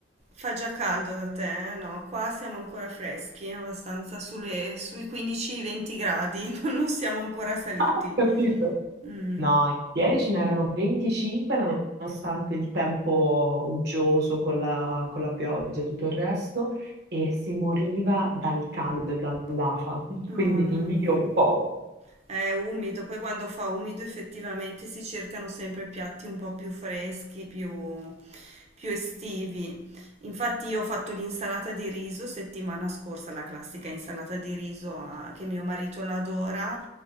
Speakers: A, on the right; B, on the right.
A: Fa già caldo da te, eh? No, qua siamo ancora freschi, abbastanza sulle- sui 15-20 gradi, <laughs> non siamo ancora saliti.
B: <laughs> Capito?
A: Mm,
B: No, ieri ce n'erano 25 nonostante il tempo uggioso con la, con la pioggia e tutto il resto e si moriva dal caldo e dall'afa, quindi
A: mamma
B: ti invidio
A: mia.
B: un po'.
A: È umido, poi quando fa umido effettivamente si cercano sempre piatti un po' più freschi, più, più estivi. Infatti io ho fatto l'insalata di riso settimana scorsa, la classica insalata di riso ah, che mio marito l'adora,